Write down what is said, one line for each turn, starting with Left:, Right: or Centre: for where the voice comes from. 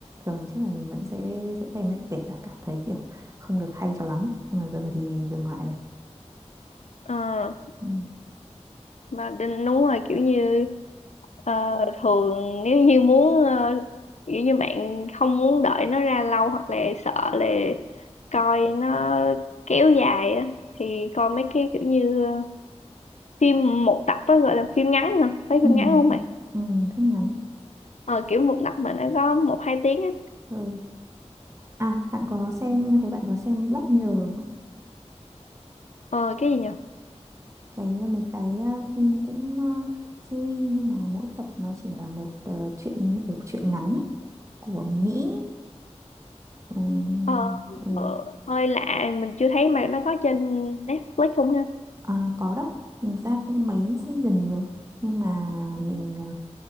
Right: thường thì chắc là mình vẫn sẽ sẽ xem lại kể cả cảm thấy kiểu không được hay cho lắm nhưng mà giờ thì dừng lại rồi
Left: Ờ,
Right: ừ.
Left: mà đinh đúng rồi kiểu như Ờ, thường nếu như muốn ờ, kiểu như bạn không muốn đợi nó ra lâu hoặc là sợ là coi nó kéo dài á thì coi mấy cái kiểu như ờ, phim một tập á gọi là phim ngắn hả mấy
Right: Ừ.
Left: phim ngắn không mày
Right: Ừ. phim ngắn
Left: ờ, kiểu một tập mà nó có một hai tiếng á
Right: ừ. à bạn có xem thấy bạn có xem Black Mirror không
Left: ờ, cái gì nhỉ
Right: cái mấy cái ờ, phim cũng ờ, series nhưng mà mỗi tập nó chỉ là một ờ, chuyện như kiểu chuyện ngắn ấy của Mỹ ừ,
Left: ờ,
Right: ừ.
Left: ờ, hơi lạ mình chưa thấy mà nó có trên Netflix không ha
Right: À, có đó Mình ra cũng mấy season rồi nhưng mà mình ờ,